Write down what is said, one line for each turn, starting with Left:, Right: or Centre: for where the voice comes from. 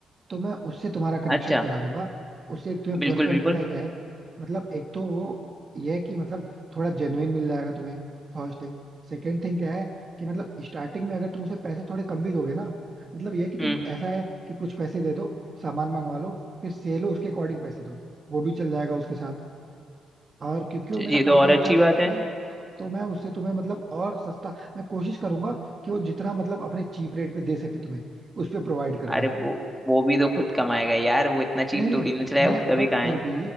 Right: तो मैं उससे तुम्हारा कनेक्शन
Centre: अच्छा
Right: करा दूंगा उससे एक तुम्हें प्लस
Centre: बिल्कुल
Right: पॉइंट
Centre: बिल्कुल
Right: पता है क्या है मतलब एक तो वो ये है कि मतलब थोड़ा जेन्युइन मिल जाएगा तुम्हें First thing सेकेंड थिंग क्या है कि मतलब स्टार्टिंग में अगर तुम उसे पैसे थोड़े कम भी दोगे ना मतलब ये है कि तुम
Centre: हम्म
Right: ऐसा है कि कुछ पैसे दे दो सामान मंगवा लो फिर से लो उसके अकॉर्डिंग पैसे दो वो भी चल जाएगा उसके साथ और क्योंकि वो
Centre: ये
Right: मेरा
Centre: तो
Right: काफी
Centre: और
Right: अच्छा
Centre: अच्छी
Right: दोस्त
Centre: बात है
Right: है तो मैं उससे तुम्हें मतलब और सस्ता मैं कोशिश करूंगा कि वो जितना मतलब अपने चीप रेट पे दे सके तुम्हें उस पे प्रोवाइड कर दे
Centre: अरे वो वो भी तो खुद कमाएगा यार वो इतना चीप
Right: नहीं नहीं
Centre: थोड़ी ना चलाया
Right: मैं
Centre: उसका
Right: बट
Centre: भी कहाँ
Right: फिर
Centre: है
Right: भी